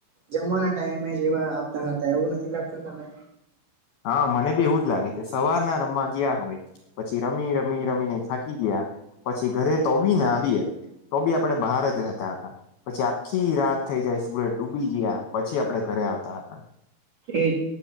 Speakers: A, on the right; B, on the left.
A: જમવાના ટાઈમે જેવા આવતા હતા એવું નથી લાગતું તમે?
B: હા, મને બી એવું જ લાગે છે. સવારના રમવા ગયા હોય વે પછી રમી રમી રમીને થાકી ગયા. પછી ઘરે તો આવી ના આવીએ તો બી આપડે બહાર જ રહેતા હતા. પછી આખી રાત થઈ જાય સૂરજ ડૂબી જ્યા પછી આપડે ઘર ઘરે આવતા હતા.
A: એજ